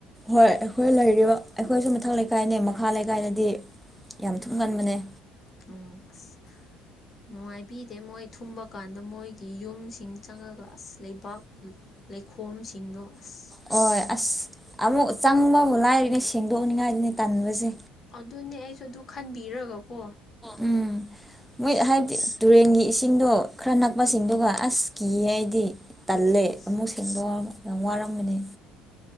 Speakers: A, in the centre; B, on the left (about 40°).
A: ꯍꯣꯏ ꯑꯩꯈꯣꯏ ꯂꯩꯔꯤꯕ ꯑꯩꯈꯣꯏꯁꯨ ꯃꯊꯛ ꯂꯩꯀꯥꯏꯅꯦ ꯃꯈꯥ ꯂꯩꯀꯥꯏꯅꯗꯤ ꯌꯥꯝ ꯊꯨꯝ ꯉꯟꯕꯅꯦ
B: ꯎꯝ ꯑ <inaudible> ꯅꯨꯡꯉꯥꯏꯕꯤꯗꯦ ꯃꯣꯏ ꯊꯨꯝꯕ ꯀꯥꯟꯗ ꯃꯣꯏꯒꯤ ꯌꯨꯝꯁꯤꯡ ꯆꯪꯉꯒ ꯑꯁ ꯂꯩ ꯄꯥꯛ ꯂꯩꯈꯣꯝꯁꯤꯡꯗꯣ ꯑꯁ
A: ꯍꯣꯏ ꯑꯁ ꯑꯃꯨꯛ ꯆꯪꯕꯕꯨ ꯂꯥꯏꯔꯤꯅꯦ ꯁꯦꯡꯗꯣꯛꯅꯤꯡꯉꯥꯏꯗꯨꯅꯦ ꯇꯟꯕꯁꯦ
B: ꯑꯗꯨꯅꯦ ꯑꯩꯁꯨ ꯑꯗꯨ ꯈꯟꯕꯤꯔꯒꯀꯣ
A: ꯎꯝ ꯃꯣꯏ
B: ꯑꯁ
A: ꯍꯥꯏꯕꯗꯤ ꯇꯨꯔꯦꯟꯒꯤ ꯏꯁꯤꯡꯗꯣ ꯈꯔ ꯅꯛꯄꯁꯤꯡꯗꯨꯒ ꯑꯁ ꯀꯤꯌꯦ ꯑꯩꯗꯤ ꯇꯜꯂꯦ
B: ꯑꯁ
A: ꯑꯃꯨꯛ ꯁꯦꯡꯗꯣꯛꯑꯒ ꯌꯥꯝ ꯋꯥꯔꯝꯒꯅꯤ